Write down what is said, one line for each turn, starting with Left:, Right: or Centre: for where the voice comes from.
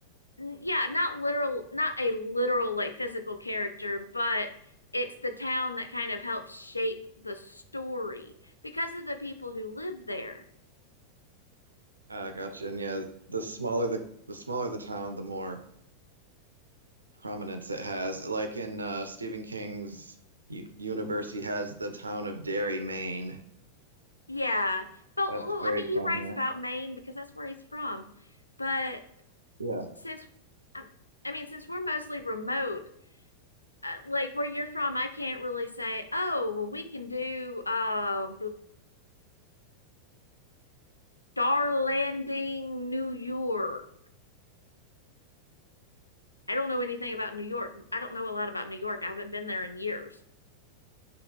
Left: yeah, not literal, not a literal like physical character, but it's the town that kind of helps shape the story because of the people who live there.
Right: Uh, gotcha. And yeah, the smaller the the smaller the town, the more prominence it has. Like in uh, Stephen King's u- universe, he has the town of Derry, Maine.
Left: Yeah, but
Right: That's
Left: well,
Right: very
Left: I mean, he
Right: prominent.
Left: writes about Maine because that's where he's from. But
Right: Yeah,
Left: since, um, I mean, since we're mostly remote, uh, like where you're from, I can't really say, oh, well, we can do uh, Star Landing, New York. I don't know anything about New York. I don't know a lot about New York. I haven't been there in years.